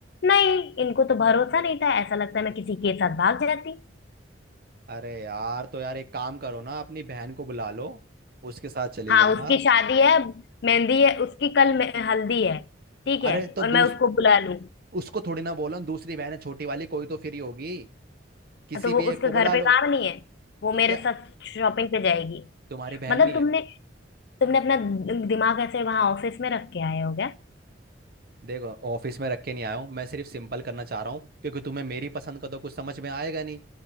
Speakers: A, on the left (about 60°); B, on the right (about 50°).
A: नहीं इनको तो भरोसा नहीं था ऐसा लगता है मैं किसी के साथ भाग जाती
B: अरे यार तो यार एक काम करो ना अपनी बहन को बुला लो उसके साथ चले
A: हाँ
B: जाना
A: उसकी शादी है मेहंदी है उसकी कल मे- हल्दी है ठीक
B: अरे
A: है
B: तो
A: और
B: दूस
A: मैं उसको बुला लूँ हाँ,
B: उसको थोड़ी ना बोलो दूसरी बहन है छोटी वाली कोई तो फ्री होगी किसी
A: तो वो
B: भी एक
A: उसके
B: को
A: घर
B: बुला
A: पे
B: लो
A: काम नहीं है वो
B: तो
A: मेरे
B: क्या
A: साथ शॉपिंग पे जाएगी
B: तुम्हारी बहन
A: मतलब
B: नहीं
A: तुमने
B: है
A: तुमने अपना दिमाग ऐसे वहां ऑफिस में रख के आए हो
B: देखो ऑफिस में रख के नहीं आया हूँ मैं सिर्फ सिंपल करना चाह रहा हूँ क्योंकि तुम्हें मेरी पसंद का तो कुछ समझ में आएगा नहीं